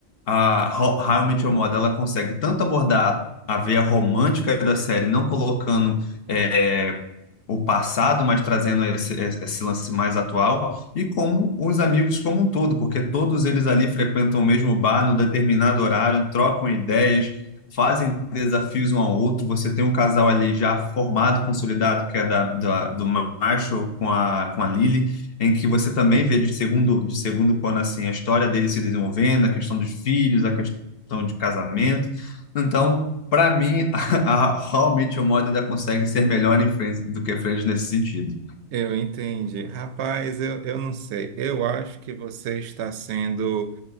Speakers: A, on the left; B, on the right.
A: a Ho- How I Met Your Mother, ela consegue tanto abordar a veia romântica da série, não colocando é, o passado, mas trazendo esse, esse lance mais atual, e como os amigos como um todo, porque todos eles ali frequentam o mesmo bar no determinado horário, trocam ideias, fazem desafios um ao outro. Você tem um casal ali já formado, consolidado, que é da, da- do Marshall com a, com a Lily, em que você também vê de segundo, de segundo plano assim, a história dele se desenvolvendo, a questão dos filhos, a questão de casamento. Então, para mim, <laughs> a, a How I Met Your Mother ainda consegue ser melhor em Friends do que Friends nesse sentido.
B: Eu entendi. Rapaz, eu, eu não sei. Eu acho que você está sendo